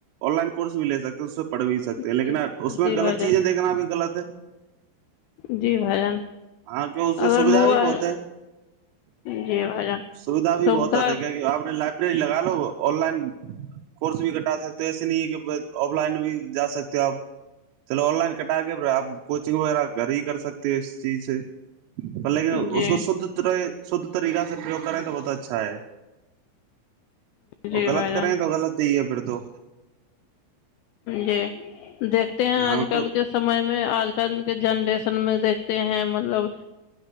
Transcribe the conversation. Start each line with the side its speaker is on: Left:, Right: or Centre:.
Right: online course بھی لے سکتے اس پڑ بھی سکتے ہیں لیکن
Left: جی
Right: اس میں
Left: جی
Right: غلط
Left: بھائی جان
Right: چیزیںیکھنا بھی غلط ہے
Left: جی بھائی جان
Right: ہاں کی اس سے
Left: اگر
Right: سویدھا
Left: موبائل
Right: بھی بہت ہے
Left: جی بھائی جان
Right: سوھا بھی
Left: سویدھا
Right: بہت ہوتے کیا آپ لائبریری لگا لو آن لائن کورس بھی کٹا سکتے ہو ایسے نہیں ہے کہ آف لائن بھی جا سکتے ہو آپ چلو آن لائن کٹا کے پ آپ کوچنگ وغیرہ گھر ہی کر سکتے ہیں چیز لیکن
Left: جی
Right: اس کو شدھ رہے شدھ طریقہ سے پرریوگ کریں تو بہت اچھا ہے اور
Left: جی
Right: غلط
Left: بھائی جان
Right: کریں تو غلط ہی ہے پھر تو
Left: جی دیکھتے ہیں آج
Right: ہاں
Left: کل
Right: کیوں
Left: کے سمے میں آج کل کے جنریشن میں دیکھتے ہیں مطلب